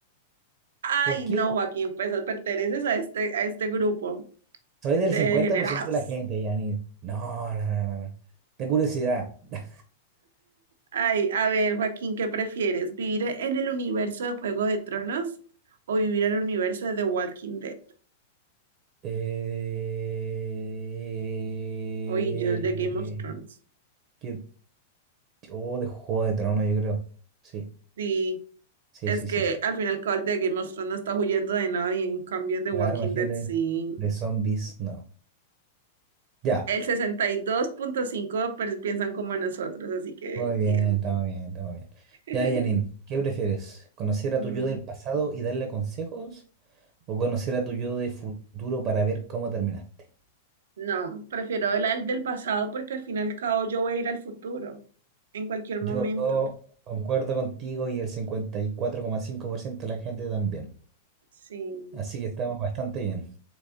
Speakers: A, on the right; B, on the right.
A: Ay,
B: Porque
A: no, Joaquín, pues perteneces a este, a este grupo
B: soy del
A: de
B: 50%
A: degenerados.
B: de la gente, Janine. No, no, no, no. no. De curiosidad. <laughs>
A: Ay, a ver, Joaquín, ¿qué prefieres? ¿Vivir en el universo de Juego de Tronos o vivir en el universo de The Walking Dead?
B: Eh,
A: Oye, yo el de Game of Thrones.
B: que- oh, de Juego de Tronos, yo creo. Sí,
A: Sí,
B: sí,
A: Es
B: sí,
A: que
B: sí. sí.
A: al final el de Game of Thrones no está huyendo de nadie, en cambio en The
B: Claro,
A: Walking
B: imagínate.
A: Dead sí.
B: De zombies, no. Ya.
A: El 62.5 piensan como nosotros, así que
B: Muy bien,
A: bien.
B: estamos bien, estamos bien.
A: <laughs>
B: Ya, Janine, ¿qué prefieres? ¿Conocer
A: Mm,
B: a tu yo del pasado y darle consejos? ¿O conocer a tu yo de futuro para ver cómo terminaste?
A: No, prefiero la del pasado porque al final y al cabo yo voy a ir al futuro, en cualquier
B: Yo
A: momento.
B: concuerdo contigo y el cincuenta y cuatro coma cinco por ciento de la gente también.
A: Sí.
B: Así que estamos bastante bien.